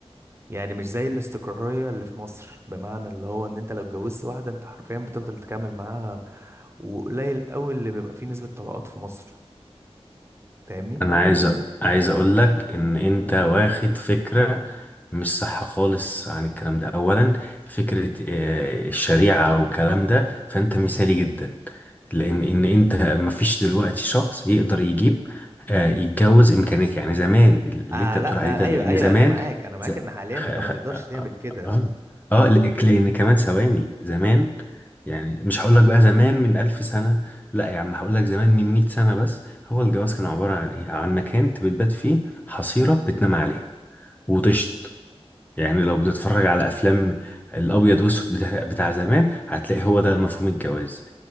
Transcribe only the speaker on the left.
انا عايز أ- عايز اقول لك ان انت واخد فكره مش صح خالص عن الكلام ده اولا فكره آه، الشريعه والكلام ده فانت مثالي جدا لان ان انت مفيش دلوقتي شخص يقدر يجيب آه، يتجوز امكانيات يعني زمان اللي
انت بتقول
عليه ده
لان
زمان
ز...
خ...
خ...
اه
اه آه، لك- لان كمان ثواني زمان يعني مش هقول لك بقى زمان من ألف سنه لا يا عم هقول لك زمان من 100 سنه بس هو
الجواز كان عبارة عن إيه؟ عن مكان أنت بتبات فيه حصيرة بتنام عليها وتشط يعني لو بتتفرج على أفلام الأبيض وأسود بتاع, بتاع زمان هتلاقي هو ده مفهوم الجواز